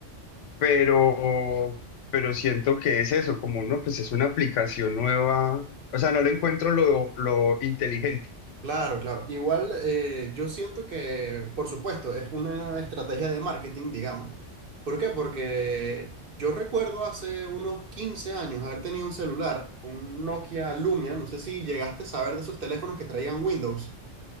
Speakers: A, on the left (about 75°); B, on the right (about 55°).
A: pero, pero siento que es eso, como no, pues es una aplicación nueva. O sea, no le encuentro lo, lo inteligente.
B: Claro, claro. Igual eh, yo siento que, por supuesto, es una estrategia de marketing, digamos. ¿Por qué? Porque yo recuerdo hace unos 15 años haber tenido un celular, un Nokia Lumia, no sé si llegaste a saber de esos teléfonos que traían Windows.